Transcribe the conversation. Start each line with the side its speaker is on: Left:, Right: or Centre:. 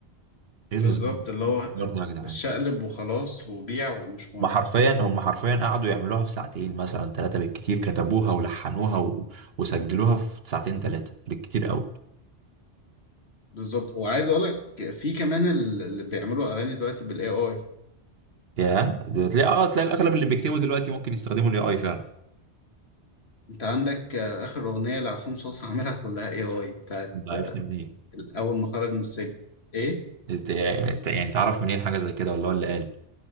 Right: ايه
Left: بالظبط
Right: الهزار
Left: اللي هو
Right: إيه
Left: آه،
Right: الهزار ده يا جدعان
Left: شقلب وخلاص وبيع ومش مهم
Right: هم حرفيا هم حرفيا قعدوا يعملوها في ساعتين مثلا ثلاثة بالكتير كتبوها ولحنوها و... وسجلوها في ساعتين ثلاثة بالكتير قوي
Left: بالظبط وعايز أقولك في كمان ال- اللي بيعملوا أغاني دلوقتي بال AI
Right: يا ده تلاقي اه تلاقي الاغلب اللي بيكتبوا دلوقتي ممكن يستخدموا الاي اي فعلا
Left: أنت عندك آه، آخر أغنية لعصام صاصا عاملها كلها AI بتاعت
Right: ده عرفت
Left: آه،
Right: منين
Left: أول ما خرج من السجن إيه؟
Right: إنت- يعني يعني تعرف منين حاجة زي كده ولا هو اللي قال